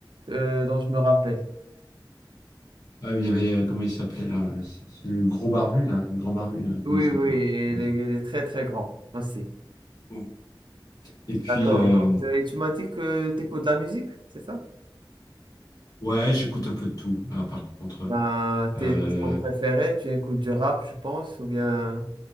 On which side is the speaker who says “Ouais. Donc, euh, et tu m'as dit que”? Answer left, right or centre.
Right